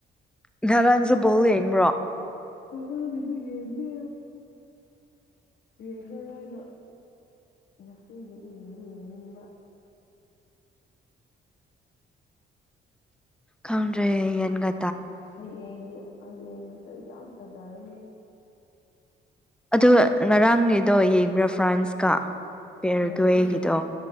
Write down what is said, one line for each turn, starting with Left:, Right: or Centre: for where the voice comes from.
Centre: ꯉꯔꯥꯡꯁꯨ ꯕꯧ ꯌꯦꯡꯕ꯭ꯔꯣ
Left: ꯍꯗꯨ ꯌꯦꯟꯗ ꯌꯦꯡ ꯃꯔ ꯑꯣꯏꯅ ꯉꯁꯤꯒꯤꯗꯤ ꯌꯦꯡꯗꯤ ꯌꯦꯡꯅꯤꯡꯕ
Centre: ꯈꯣꯟ꯭ꯔꯤ ꯌꯦꯟꯒ
Left: ꯑꯁ ꯍꯌꯦꯡꯒꯤ ꯍꯌꯦꯡꯒꯤꯁꯨ ꯌꯥꯝ ꯐꯖꯔꯅꯤ
Centre: ꯑꯣ ꯉꯔꯥꯡꯒꯤꯗꯣ ꯌꯦꯡꯕ꯭ꯔꯥ ꯐ꯭ꯔꯥꯟꯁꯀ ꯄꯦꯔꯒ
Left: ꯌꯦꯡꯒꯦ
Centre: ꯑꯩꯒꯤꯗꯣ